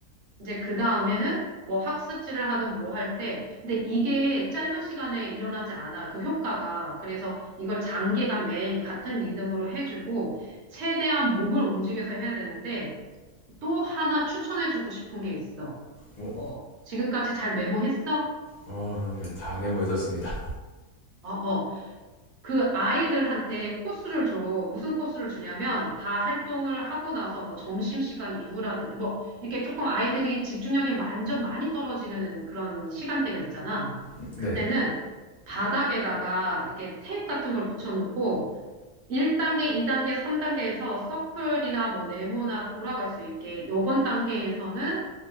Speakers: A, on the right (about 55°); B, on the left (about 50°).
A: 이제 그 다음에는 뭐 학습지를 하든 뭐 할 때. 근데 이게 짧은 시간에 일어나지 않아. 그 효과가. 그래서 이걸 장기간 매일 같은 리듬으로 해주고 최대한 몸을 움직여서 해야 되는데 또 하나 추천해주고 싶은 게 있어.
B: 뭐,
A: 어, 지금까지 잘 메모했어?
B: 어, 그럼요. 다 메모해뒀습니다.
A: 어, 어. 그 아이들한테 코스를 줘. 무슨 코스를 주냐면 다 활동을 하고 나서 뭐 점심시간 이후라든지 뭐 이렇게 조금 아이들이 집중력이 완전 많이 떨어지는 그런 시간대가 있잖아.
B: 음,
A: 그때는
B: 네,
A: 바닥에다가 이렇게 테이프 같은 걸 붙여놓고 1단계, 2단계, 3단계에서 서클이나 뭐 네모나 돌아갈 수 있게 요번 단계에서는